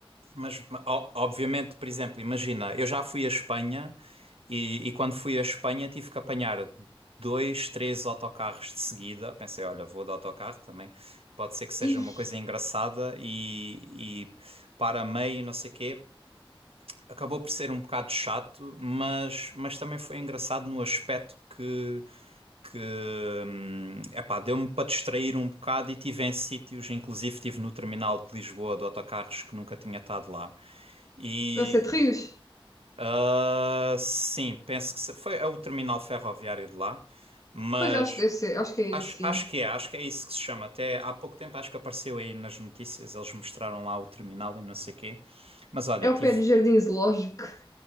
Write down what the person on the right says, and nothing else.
Mas, ma- o- obviamente, por exemplo, imagina, eu já fui à Espanha e, e quando fui à Espanha tive que apanhar dois, três autocarros de seguida. Pensei, olha, vou de autocarro também, pode ser que seja
uma coisa engraçada e, e para meio, não sei quê acabou por ser um bocado chato, mas, mas também foi engraçado no aspecto que, que hum, epá, deu-me para distrair um bocado e tive em sítios, inclusive tive no terminal de Lisboa de autocarros que nunca tinha estado lá. E
ah, sim, penso que se- foi é o terminal ferroviário de lá, mas
acho,
acho
que é, acho que é isso que se chama. Até há pouco tempo acho que apareceu aí nas notícias, eles mostraram lá o terminal e não sei quê. Mas olha,
tive